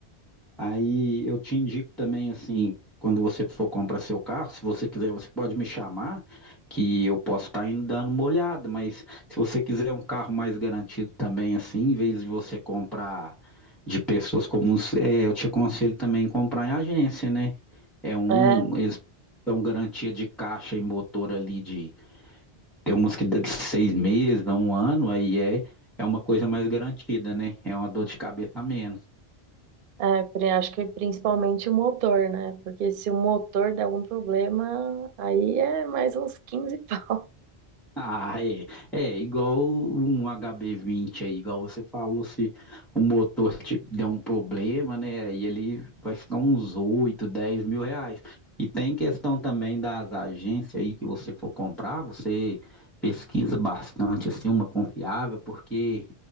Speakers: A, in the centre; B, on the right.
A: Aí eu te indico também, assim, quando você for comprar seu carro, se você quiser, você pode me chamar, que eu posso estar indo dando uma olhada, mas se você quiser um carro mais garantido também, assim, em vez de você comprar de pessoas comuns, é, eu te aconselho também comprar em agência, né? É um,
B: É,
A: eles dão garantia de caixa e motor ali de, tem umas que dá de seis meses, a um ano, aí é, é uma coisa mais garantida, né? É uma dor de cabeça a menos.
B: é, pri- acho que principalmente o motor, né? Porque se o motor der algum problema, aí é mais uns quinze pau. <laughs>
A: Ah, é. É igual um hb vinte aí, igual você falou, se o motor te der um problema, né? Aí ele vai ficar uns 8, 10 mil reais. E tem questão também das agências aí que você for comprar, você pesquisa bastante, assim, uma confiável, porque